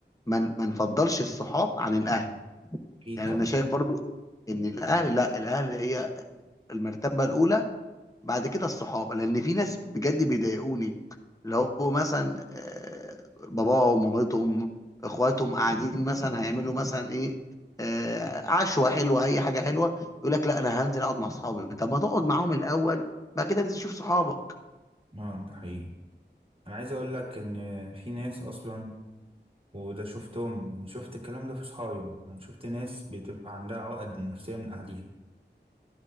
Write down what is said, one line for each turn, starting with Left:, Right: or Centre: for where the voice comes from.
Left: ما ن- ما نفضلش الصحاب عن الأهل
Right: اكيد
Left: يعني
Right: طبعا
Left: أنا شايف برضو إن الأهل لا الأهل هي المرتبة الأولى بعد كده الصحاب لان في ناس بجد بيضايقوني اللي هو مثلا آه، باباهم مامتهم اخواتهم قاعدين مثلا هيعملوا مثلا ايه آه، عشوه حلوه اي حاجه حلوه يقول لك لا انا هنزل اقعد مع صحابي طب ما تقعد معاهم الاول بعد كده انزل شوف صحابك
Right: اه ده حقيقي انا عايز اقول لك ان في ناس اصلا وده شفتهم شفت الكلام ده في صحابي انا شفت ناس بتبقى عندها عقد نفسية من اهليها